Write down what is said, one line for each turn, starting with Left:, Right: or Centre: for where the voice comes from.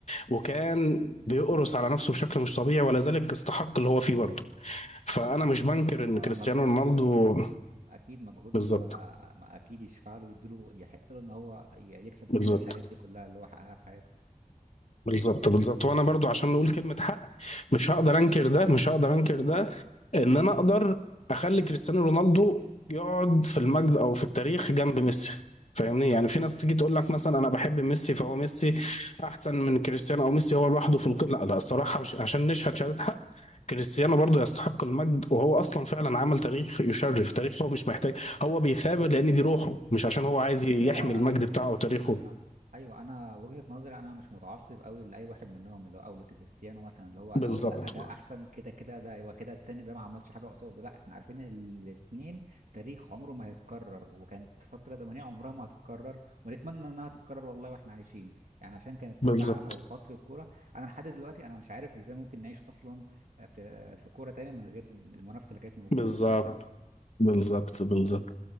Left: وكان بيقرص على نفسه بشكل مش طبيعي ولا ذلك استحق اللي هو فيه برضه فأنا
Right: بالظبط
Left: مش بنكر
Right: هو
Left: إن كريستيانو
Right: مجهوده
Left: رونالدو
Right: آه، اكيد مجهوده
Left: بالظبط
Right: آه، ما اكيد يشفع له ويديله يحق له ان هو ي- يكسب
Left: بالظبط
Right: كل الحاجات دي كلها اللي هو حققها في حياته
Left: بالظبط بالظبط وانا برضو عشان نقول كلمة حق مش هقدر انكر ده مش هقدر انكر ده ان انا اقدر اخلي كريستيانو رونالدو يقعد في المجد او في التاريخ جنب ميسي فاهمني يعني في ناس تيجي تقول لك مثلا انا بحب ميسي فهو ميسي احسن من كريستيانو او ميسي هو لوحده في القمة لا لا الصراحة مش عشان نشهد شهادة حق كريستيانو برضو يستحق المجد وهو اصلا فعلا عمل تاريخ يشرف تاريخ هو مش محتاج هو بيثابر لان دي روحه مش عشان هو عايز
Right: فكره
Left: يحمي المجد بتاعه وتاريخه
Right: انا ايوه انا وجهة نظري انا مش متعصب قوي لاي واحد منهم اللي هو او لكريستيانو مثلا اللي هو
Left: بالظبط
Right: انا اقول لا ده احسن كده كده ده يبقى كده التاني ده ما عملش حاجه قصاده لا احنا عارفين الاتنين تاريخ عمره ما هيتكرر وكانت فتره زمنيه عمرها ما هتتكرر ونتمنى انها تتكرر والله واحنا عايشين يعني عشان كانت
Left: بالظبط
Right: متعه او فتره كوره انا لحد دلوقتي انا مش عارف ازاي ممكن نعيش اصلا في في كوره تانية من غير المنافسه اللي كانت موجوده
Left: بالظبط
Right: بينهم دي
Left: بالظبط بالظبط